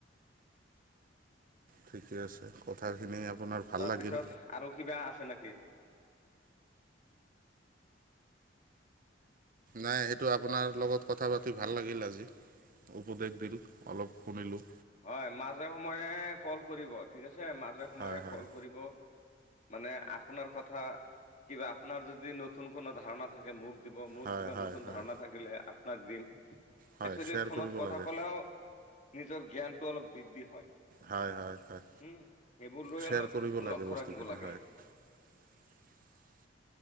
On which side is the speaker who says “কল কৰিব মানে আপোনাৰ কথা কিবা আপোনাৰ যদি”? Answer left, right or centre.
Left